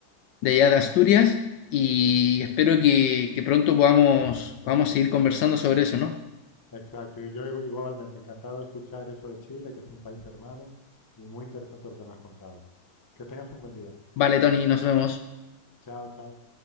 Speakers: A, on the left; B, on the left.
A: de allá de Asturias y espero que, que pronto podamos, podamos seguir conversando sobre eso, ¿no?
B: Exacto, y yo igu- igualmente encantado de escuchar eso de Chile, que es un país hermano, y muy interesante lo que me has contado. Que tengas un buen día.
A: Vale, Tony, nos vemos.
B: Chao, chao.